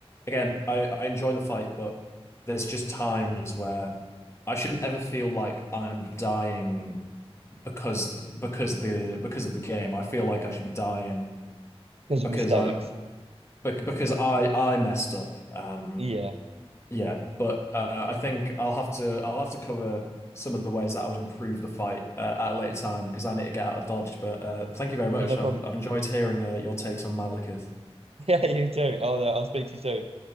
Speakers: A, on the left; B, on the right.
A: again, I, I enjoy the fight, but there's just times where I shouldn't ever feel like I'm dying because because the because of the game. I feel like I should be dying
B: because
A: because
B: of mistakes.
A: I bec- because I I messed up. Um,
B: Yeah,
A: yeah, but uh, I think I'll have to I'll have to cover some of the ways that I would improve the fight uh, at a later time because I need to get out of Dodge. But uh, thank you very
B: yeah,
A: much.
B: no problem.
A: I've I've enjoyed hearing uh, your takes on Malekith.
B: <laughs> Yeah, you do. Oh, no, I'll speak to you soon.